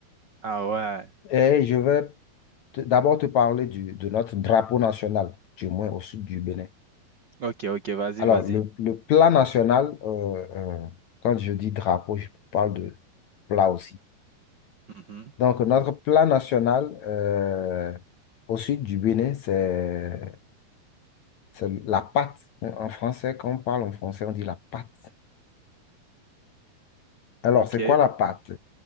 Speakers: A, on the right; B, on the left.
A: Ah ouais.
B: Et je vais te- d'abord te parler du, de notre drapeau national, du moins au sud du Bénin.
A: Ok, ok, vas-y,
B: Alors,
A: vas-y.
B: le, le plat national, euh, euh, quand je dis drapeau, je parle de plat aussi.
A: Mhm.
B: Donc, notre plat national euh, au sud du Bénin, c'est c'est la pâte. En français, quand on parle en français, on dit la pâte. Alors,
A: Ok.
B: c'est quoi la pâte?